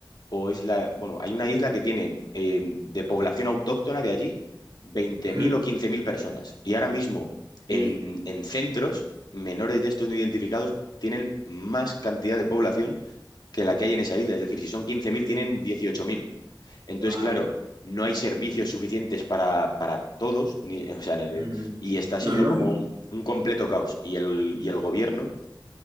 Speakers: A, on the left; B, on the right.
A: o es la, bueno, hay una isla que tiene eh, de población autóctona de allí veinte
B: Ujú.
A: mil o 15.000 personas. Y ahora mismo, en,
B: Ey,
A: en centros menores de estos no identificados, tienen más cantidad de población que la que hay en esa isla. Es decir, si son quince mil tienen 18.000. Entonces,
B: wow.
A: claro, no hay servicios suficientes para, para todos, ni- o sea, en el-
B: Ujú.
A: y está
B: No,
A: siendo
B: lógico.
A: como un, un completo caos. Y el, y el gobierno